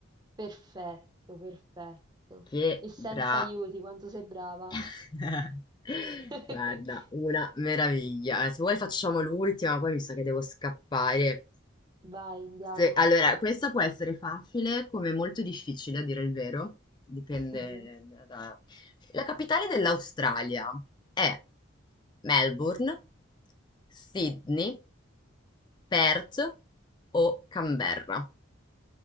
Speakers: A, on the right; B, on the left.
A: Perfetto, perfetto.
B: Che
A: E senza
B: bravo!
A: aiuti, quanto sei brava.
B: <laughs>
A: <laughs>
B: Guarda, una meraviglia. Eh, Se vuoi facciamo l'ultima, poi mi sa che devo scappare.
A: Vai, andiamo.
B: Se- Allora, questa può essere facile come molto difficile, a dire il vero. Dipende
A: Mh-mh.
B: da... da- La capitale dell'Australia è Melbourne, Sydney, Perth o Canberra?